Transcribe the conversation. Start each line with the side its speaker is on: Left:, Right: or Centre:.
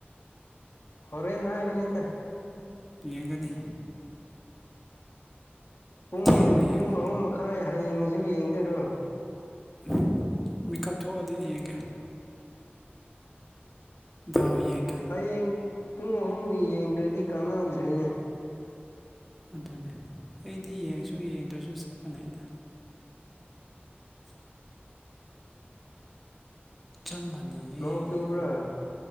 Left: ꯍꯣꯔꯦꯟ ꯍꯥꯏꯃꯅꯤꯗ
Centre: ꯌꯦꯡꯒꯅꯤ
Left: ꯄꯨꯡ
Centre: ꯊꯦꯡꯅ
Left: ꯄꯨꯡ
Centre: ꯌꯦꯡꯒꯅꯤ
Left: ꯑꯍꯨꯝ ꯃꯈꯥꯏ ꯍꯌꯦꯡꯒꯤꯁꯨ ꯌꯦꯡꯗꯣꯏꯔꯣ
Centre: <unintelligible> ꯃꯤꯀꯞ ꯊꯣꯛꯑꯗꯤ ꯌꯦꯡꯒꯦ ꯗꯥꯎ ꯌꯦꯡꯒꯦ
Left: ꯍꯌꯦꯡ ꯄꯨꯡ ꯑꯍꯨꯝꯒꯤ ꯌꯦꯡꯗ꯭ꯔꯗꯤ ꯀꯥꯟꯅꯗ꯭ꯔꯦꯅꯦ
Centre: ꯑꯗꯨꯅꯦ ꯑꯩꯗꯤ ꯌꯦꯉꯁꯨ ꯌꯦꯡꯗ꯭ꯔꯁꯨ ꯆꯞ ꯃꯅꯩꯗ ꯆꯞ ꯃꯥꯟꯅꯩꯌꯦ
Left: ꯅꯣꯡ ꯆꯨꯕ꯭ꯔꯥ